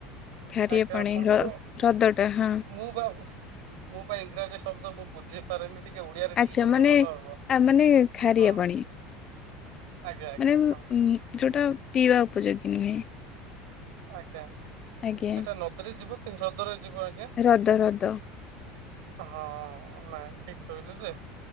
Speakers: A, on the left (about 35°); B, on the right (about 75°).
A: ଖାରିିଆ
B: ଆଜ୍ଞା
A: ପାଣି
B: ଆପଣ
A: ର
B: ତ
A: ହ୍ରଦ ଟା ହଁ।
B: ମୁଁ କାହାକୁ ମୋ ପାଇଁ ଇଂରାଜୀ ଶବ୍ଦ ମୁ ବୁଝି ପାରେନି ଟିକେ ଓଡିଆରେ ଟିକେ
A: ଆଚ୍ଛା
B: କହିଲେ
A: ମାନେ
B: ଭଲ ହବ
A: ଆ ମାନେ ଖାରିଆ
B: ହଁ।
A: ପାଣି
B: ଆଜ୍ଞା ଆଜ୍ଞା
A: ମାନେ ଉଁ
B: ହଁ
A: ଯୋଉଟା ପିଇବା ଉପଯୋଗୀ ନୁହେଁ।
B: ଆଜ୍ଞା
A: ଆଜ୍ଞା
B: ସେଇଟା ନଦୀରେ ଯିବ କି ହ୍ରଦରେ ଯିବ ଆଜ୍ଞା।
A: ରଦ ରଦ।
B: ହଁ ନାଇଁ ଠିକ କହିଲି ଯେ।